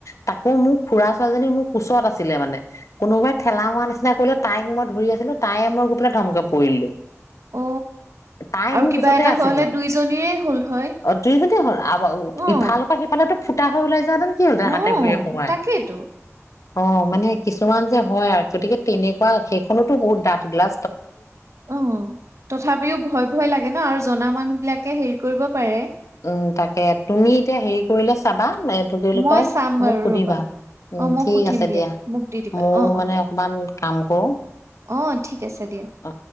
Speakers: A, on the left; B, on the right.
A: তাকো মোৰ খুড়া ছোৱালীজনী মোৰ কোচত আছিলে মানে কোনোবাই ঠেলা মোৱাৰ নিচিনা তাইক মই ধৰি আছিলো তাই মই গৈ পেলাই ধমকে পৰিলো
B: অ
A: তাই
B: আৰু
A: মোৰ
B: কিবা
A: কোছতে
B: এটা
A: আছিলে
B: হোৱা হলে দুইজনীৰে হ'ল হয়
A: অ তুই যদি হ'ল
B: অ
A: ইফালৰ পৰা সিফালেটো ফুটা হৈ ওলাই যো না হেতেন কি হলতে
B: অ',
A: হাতে ভৰিৰে সোমাই
B: তাকেইতো
A: অ মানে কিছুমান যে হয় আৰু গতিকে তেনেকুৱা সেইখনতো বহুত দাঁঠ গলা
B: অ তথাপিও ভয় ভয় লাগে ন আৰু জনা মানুহ বিলাকে হেৰি কৰিব পাৰে।
A: উম তাকে তুমি এতিয়া হেৰি কৰিলে চাবা এইটোক কি বুলি
B: মই
A: কয়
B: চাম বাৰু
A: মোক সুধিবা
B: ৰ'বা
A: উম
B: অ', মই
A: ঠিক
B: সুধিম
A: আছে দিয়া
B: মোক দি দিবা
A: মোৰ
B: অ', অ',
A: মানে অকনমান কাম কৰো
B: অ ঠিক ঠিক আছে দিয়া
A: অ